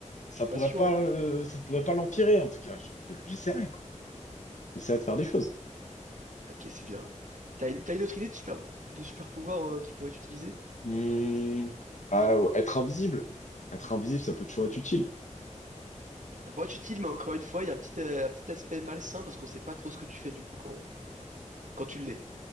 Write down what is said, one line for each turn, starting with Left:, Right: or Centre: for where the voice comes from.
Left: ça
Right: Je suis
Left: pourrait
Right: pas sûr,
Left: pas,
Right: hein.
Left: euh, ça pourrait pas l'empirer, en tout cas. Je- je- J'essaierai, quoi. J'essaierai de faire des choses.
Right: Ok, c'est bien. T'as une, t'as une autre idée de super, de super pouvoir euh, qui pourrait être utilisé?
Left: Hmm, bah, ouais, être invisible. Être invisible, ça peut toujours être utile.
Right: Ça pourrait être utile, mais encore une fois, il y a un petit, euh, un petit aspect malsain parce qu'on sait pas trop ce que tu fais du coup quand, quand tu l'es.